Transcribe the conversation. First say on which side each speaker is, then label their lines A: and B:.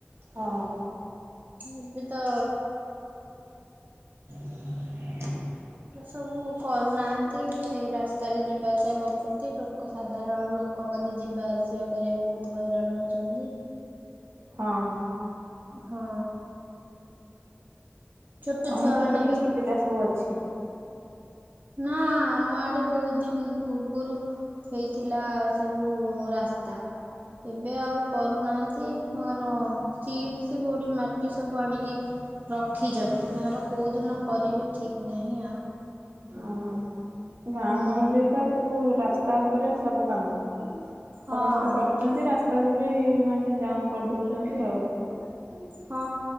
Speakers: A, on the right; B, on the right.
A: ହଁ।
B: ଏବେ ତ
A: <inaudible>
B: ଏ ସବୁ କରୁନାହାନ୍ତି ସେଇ ରାସ୍ତାରେ ଯିବା ଆସିବା କରୁଛନ୍ତି ଟୋ କ ସାଧାରଣ ଲୋକମାନେ ଯିବା ଆସିବା କରିବାକୁ ବହୁତ ହଇରାଣ ହଉଛନ୍ତି।
A: ହଁ।
B: ହଁ। ଛୋଟ
A: ତମର
B: ଛୁଆ
A: ସେପଟରେ
B: ମାନେ ବି
A: ସୁବିଧା ସବୁ ଅଛି।
B: ନା ଆମ ଆଡେ ବହୁତ ଦିନ ପୂର୍ବରୁ ହେଇଥିଲା ସବୁ ରାସ୍ତା। ଏବେ ଆଉ କରୁନାହାନ୍ତି ତାଙ୍କର ଚିପ୍ସ ଗୋଡି ମାଟି ସବୁ ଆଣିକି ରଖିଛନ୍ତି ତାଙ୍କର କୋଉ ଦିନ କରିବେ ଠିକ ନାହିଁ ଆଉ।
A: ଓହୋ। ଗାଁ
B: ହୁଁ
A: ଗହଳିରେ ତ ସବୁ ରାସ୍ତା ଉପରେ ସବୁ କାମ।
B: ହଁ।
A: ସମସ୍ତେ କରୁଛନ୍ତି ରାସ୍ତାକୁ ବି ମାନେ ଜାମ କରିଦଉଛନ୍ତି ଆଉ। <unintelligible>
B: ହଁ